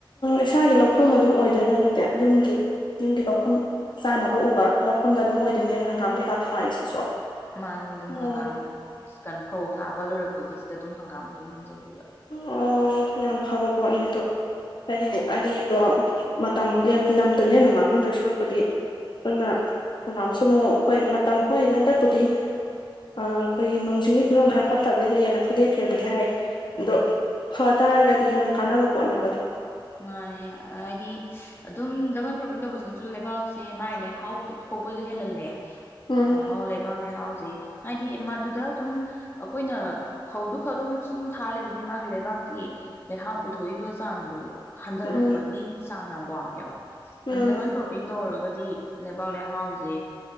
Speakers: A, on the left; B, on the left.
A: ꯏꯁꯥꯒꯤ ꯂꯧꯐꯝ ꯑꯗꯨꯝ ꯑꯣꯏꯗꯣꯏꯔꯥ ꯑꯗꯨꯗꯤ ꯌꯨꯝꯒꯤ ꯌꯨꯝꯒꯤ ꯂꯧꯐꯝ ꯆꯥꯅꯕ ꯎꯕ ꯂꯧꯐꯝꯗ ꯑꯗꯨꯝ ꯑꯣꯏꯗꯣꯏꯅꯦ ꯑꯗꯣ ꯍꯪꯒꯥꯝ ꯀꯩꯀꯥ ꯊꯥꯔꯤꯁꯤꯁꯨ
B: ꯃꯥꯅꯤ ꯑꯗꯨꯝ
A: ꯑꯣ
B: ꯍꯪꯒꯥꯝ ꯀꯟ ꯐꯧ ꯊꯥꯕ ꯑꯋꯥ ꯂꯣꯏꯔꯛꯄꯒꯤꯗ ꯑꯗꯨꯝ ꯍꯪꯒꯥꯝ ꯑꯗꯨꯝ ꯍꯟꯖꯤꯟꯕꯤꯕ
A: ꯑꯣ ꯑꯣ ꯌꯥꯝ ꯐꯕ ꯄꯣꯠꯅꯦ ꯑꯗꯣ ꯍꯥꯏꯗꯤ ꯑꯅꯤꯗꯣ ꯃꯇꯝ ꯂꯝꯗꯣ ꯂꯦꯝꯅ ꯃꯥꯡꯍꯟꯗꯣꯏ ꯁꯨꯔꯛꯄꯨꯗꯤ ꯑꯗꯨꯅ ꯍꯪꯒꯥꯝꯁꯨ ꯑꯃꯨꯛ ꯍꯣꯏ ꯃꯇꯝ ꯍꯣꯏ ꯍꯟꯗꯛꯄꯨꯗꯤ ꯑꯩꯈꯣꯏꯒꯤ ꯅꯣꯡ ꯆꯤꯡꯒꯤ ꯐꯤꯕꯣꯝ ꯈꯔ ꯐꯠꯇꯕ ꯍꯦꯜꯂꯦꯅ ꯐꯨꯗꯦꯛꯈ꯭ꯔꯦꯕꯨꯗꯤ ꯍꯥꯏ ꯑꯗꯣ
B: ꯎꯝ
A: ꯐ ꯇꯥꯔꯒꯗꯤ ꯌꯥꯝ ꯀꯥꯟꯅꯕ ꯄꯣꯠꯅꯦꯕ ꯑꯗꯣ
B: ꯃꯥꯅꯦ ꯍꯥꯏꯗꯤ ꯑꯗꯨꯝ ꯗꯕꯜ ꯀ꯭ꯔꯣꯞꯄꯤꯡ ꯇꯧꯕꯁꯤꯅꯁꯨ ꯂꯩꯕꯥꯛꯁꯦ ꯃꯥꯥꯏ ꯂꯩ ꯍꯥꯎ ꯁꯣꯛꯄꯁꯨ ꯍꯦꯜꯍꯜꯂꯦ
A: ꯎꯝ
B: ꯂꯩꯍꯥꯎ ꯂꯩꯕꯥꯛ ꯂꯩꯍꯥꯎꯁꯤ ꯍꯥꯏꯗꯤ ꯃꯗꯨꯗ ꯑꯗꯨꯝ ꯑꯩꯈꯣꯏꯅ ꯐꯧꯗꯨ ꯈ ꯑꯗꯨꯝ ꯁꯨꯝ ꯊꯥꯂꯒꯗꯤ ꯃꯥꯒꯤ ꯂꯩꯕꯥꯛꯀꯤ ꯂꯩꯍꯥꯎ ꯄꯨꯊꯣꯛꯏꯕ ꯆꯥꯡꯗꯣ ꯍꯟꯊꯔꯛꯄꯒꯤ
A: ꯎꯝ
B: ꯆꯥꯡ ꯌꯥꯝ ꯋꯥꯡꯉꯦꯕ
A: ꯎꯝ
B: ꯑꯟꯗꯃꯟ ꯒ꯭ꯔꯣꯄꯤꯡ ꯇꯧꯔꯒ ꯗꯤ ꯂꯩꯕꯥꯛ ꯂꯩꯍꯥꯎꯁꯦ